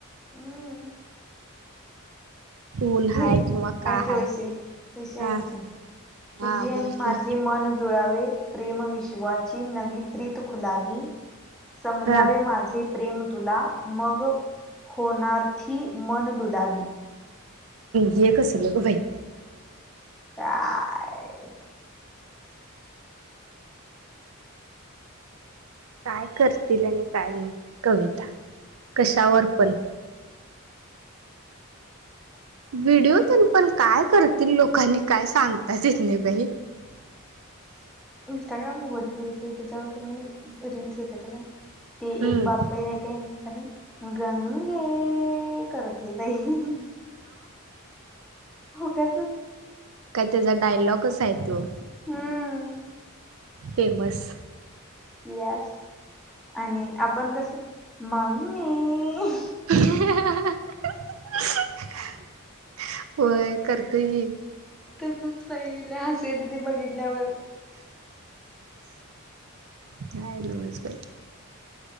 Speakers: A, in the centre; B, on the right.
A: हम्म.
B: ऊन हाय
A: हे
B: किंवा का
A: ऐक
B: हाय
A: वशे, वशे
B: हा
A: ऐक की
B: हा
A: तुझे आणि
B: बोल
A: माझे
B: की
A: मन जुळावे प्रेम विश्वाची नवी प्रीत खुलावी समजावे
B: हा
A: माझे प्रेम तुला मग होणारथी मनडुलावी
B: हे कसलं गं बाई
A: काय?
B: काय करतील आणि काय नाही कविता. कशावर पण. व्हिडिओ तेन पण काय करतील लोकांनी काय सांगताच येत नाही बाई. <unintelligible>
A: इंस्टाग्राम उघड की वैसे त्याच्यावर कने रील्स येत्यात काय ते
B: हम्म,
A: एक बापय हाय काय अ गंगे करतय बाई! उगाचच
B: का त्यजा डायलॉगज हाय त्यो
A: हम्म
B: फेमस.
A: येस आणि आपण कसं मम्मी
B: <unintelligible> होय करतोय की.
A: तुजच पहिल्या हसू येतंय ते बघितल्यावर.
B: काय नव्हच बाई.